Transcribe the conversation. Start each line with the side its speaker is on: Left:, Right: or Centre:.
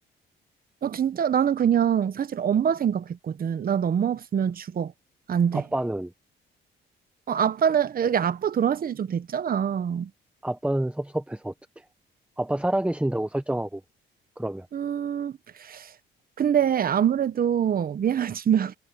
Right: 어, 진짜 나는 그냥 사실 엄마 생각했거든. 난 엄마 없으면 죽어. 안 돼.
Centre: 아빠는,
Right: 어, 아빠는, 여기 아빠 돌아가신 지 좀 됐잖아.
Centre: 아빠는 섭섭해서 어떡해. 아빠 살아계신다고 설정하고, 그러면.
Right: 음, 근데 아무래도 미안하지만